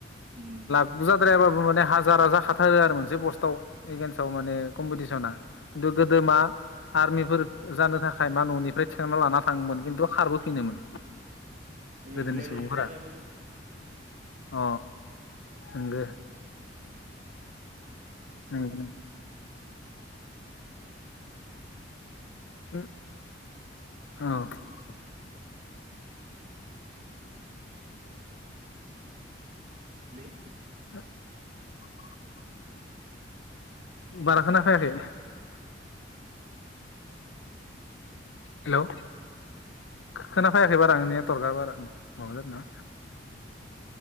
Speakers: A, on the right (about 45°); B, on the left (about 80°).
A: उम।
B: बुजाद्रायाबाबो माने हाजार हाजार खााथारो आरो मोनसे पस्टआव एगेन्स्टआव माने कम्पिटिसना। खिन्थु गोदो मा आर्मिफोर जानो थाखाय मा न'निफ्राय थिखांना लाना थाङोमोन खिन्थु खारबोफिनोमोन।
A: ओं
B: गोदोनि
A: ओरैनो
B: सुबुंफोरा।
A: फरायाबाबो
B: अ। नोंगो। ओ ओ। औ।
A: <inaudible> <unintelligible>
B: <inaudible> बारा खोना फायाखै। हेलौ, खोनाफायाखै बारा नेतवर्क बारा प्रब्लेम ना।